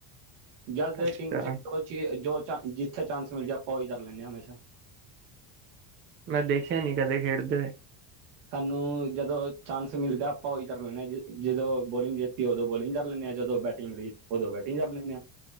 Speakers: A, on the right; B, on the right.
A: ਜਦ ਇਹ
B: ਅੱਛਾ
A: ਟੀਮ 'ਚ ਜੋ ਚੀ, ਜੋ ਚਾ, ਜਿੱਥੇ ਚਾਂਸ ਮਿਲਜੇ ਆਪਾਂ ਉਹੀ ਕਰ ਲੈਂਨੇ ਆ, ਹਮੇਸ਼ਾ।
B: ਮੈਂ ਦੇਖਿਆ ਨੀ ਕਦੇ, ਖੇਡਦੇ ਹੋਏ।
A: ਸਾਨੂੰ ਜਦੋਂ ਚਾਂਸ ਮਿਲਦਾ ਆਪਾਂ ਉਹੀ ਕਰ ਲੈਂਨੇ ਆ। ਜਦੋਂ ਬੋਲਿੰਗ ਦੇਤੀ, ਉਦੋਂ ਬੋਲਿੰਗ ਕਰ ਲੈਂਨੇ ਆ। ਜਦੋਂ ਬੈਟ ਬੈਟਿੰਗ ਮਿਲਗੀ ਤੇ ਉਦੋਂ ਬੈਟਿੰਗ ਕਰ ਲੈਂਨੇ ਆ।